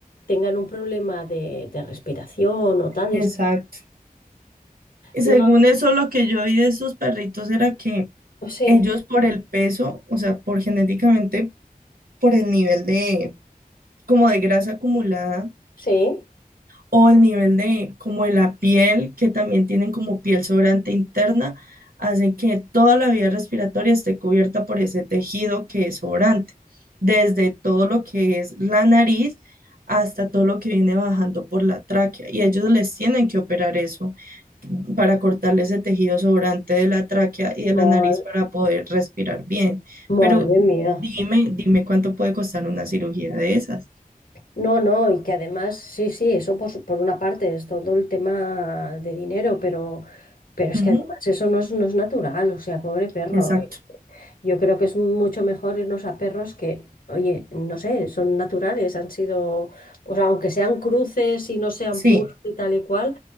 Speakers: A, on the left; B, on the right.
A: tengan un problema de, de respiración o tal.
B: exacto.
A: Es-
B: Y según
A: no,
B: eso, lo que yo vi de esos perritos era que
A: sí,
B: ellos por el peso, o sea, por genéticamente, por el nivel de, como de grasa acumulada,
A: sí.
B: o el nivel de como de la piel, que también tienen como piel sobrante interna, hacen que toda la vía respiratoria esté cubierta por ese tejido que es sobrante, desde todo lo que es la nariz hasta todo lo que viene bajando por la tráquea. Y ellos les tienen que operar eso para cortarle ese tejido sobrante de la tráquea y de
A: Ma-
B: la nariz para poder respirar bien.
A: Madre
B: Pero
A: mía.
B: dime, dime cuánto puede costar una cirugía de esas.
A: No, no, y que además, sí, sí, eso por, su- por una parte es todo el tema de dinero, pero, pero es
B: Ujú,
A: que además eso no es, no es natural, o sea, pobre perro.
B: exacto.
A: Yo creo que es mucho mejor irnos a perros que, oye, no sé, son naturales, han sido, pues aunque sean cruces y no sean
B: Sí,
A: puros y tal y cual,